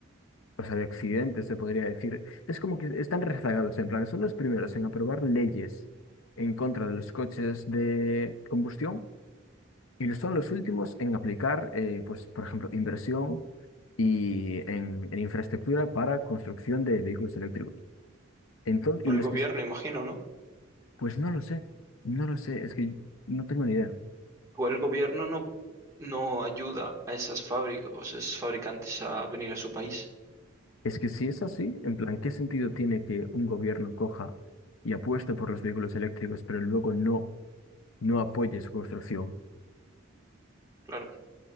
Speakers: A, on the left; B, on the right.
A: o sea, de Occidente se podría decir, es como que están rezagados, en plan, son los primeros en aprobar leyes en contra de los coches de combustión y son los últimos en aplicar, eh, pues, por ejemplo, inversión y en, en infraestructura para construcción de vehículos eléctricos. Entonces,
B: Por
A: y los
B: el gobierno,
A: que, s-
B: imagino, ¿no?
A: pues no lo sé, no lo sé, es que no tengo ni idea.
B: Igual el gobierno no, no ayuda a esas fábricas, o esos fabricantes a venir a su país.
A: Es que si es así, en plan, ¿qué sentido tiene que un gobierno coja y apueste por los vehículos eléctricos, pero luego no no apoye su construcción.
B: Claro.